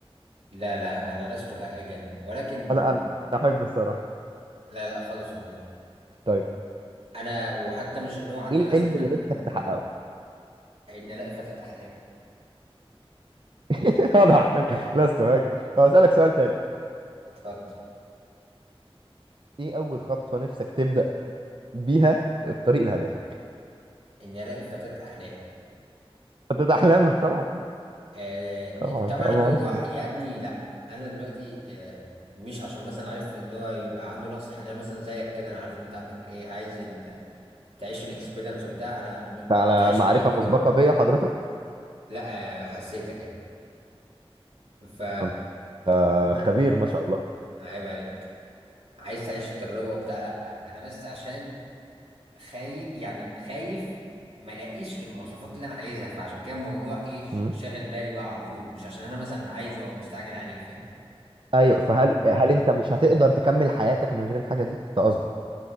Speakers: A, on the right; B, on the right.
A: لا لا انا لست هائجا ولكن
B: انا انا احب الصراحة
A: لا لا خالص والله
B: طيب
A: انا وحتى مش اللي هو عندي
B: ايه
A: نقص
B: الحلم
A: حنان
B: اللي نفسك تحققه
A: ان الاقي فتاة احلامي
B: <laughs> واضح انك لست هاجد طب اسالك سؤال تاني
A: اتفضل
B: ايه اول خطوة نفسك تبدأ بيها الطريق لهدفك
A: اني الاقي فتاة احلامي
B: حدد احلامك طبعا
A: آه،
B: طبعا
A: طبعا
B: طبعا
A: الموضوع
B: طبعا
A: يا ابني لا انا دلوقتي آه، مش عشان مثلا عارف اللي هو يبقى عنده نقص حنان مثلا زيك كده انا عارف ان انت عندك ايه عايز ال- تعيش الاكسبيرينس وبتاع انا م-
B: أنت على
A: تعيش
B: معرفة
A: التجربه
B: مسبقة بيا حضرتك
A: لا آه، حسيتك يعني ف
B: انت آه، خبير ما شاء
A: عيب عليك عايز تعيش التجربه وبتاع لا انا بس عشان خايف يعني خايف ما الاقيش المواصفات اللي انا عايزها فعشان كده الموضوع ايه ش-
B: الله
A: شاغل بالي بقى على طول مش عشان انا مثلا عايزه او مستعجل عليه فاهم
B: ايوه فهل هل انت مش هتقدر تكمل حياتك من غير الحاجه دي ده قصدي